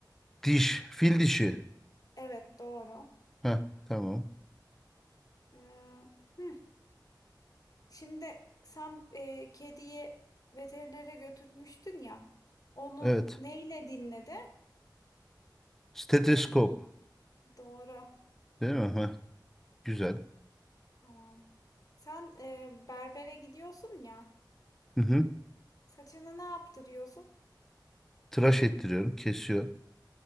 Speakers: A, in the centre; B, on the left.
A: diş, fil dişi.
B: Evet, doğru.
A: Heh, tamam.
B: Ee, hı. Şimdi sen e, kediyi veterinere götürmüştün ya. Onu
A: Evet.
B: neyle dinledi?
A: Steteskop.
B: Doğru.
A: Değil mi? Heh, güzel.
B: Tamam. Sen e, berbere gidiyorsun ya.
A: Hı hı.
B: Saçını ne yaptırıyorsun?
A: Tıraş ettiriyorum. Kesiyor.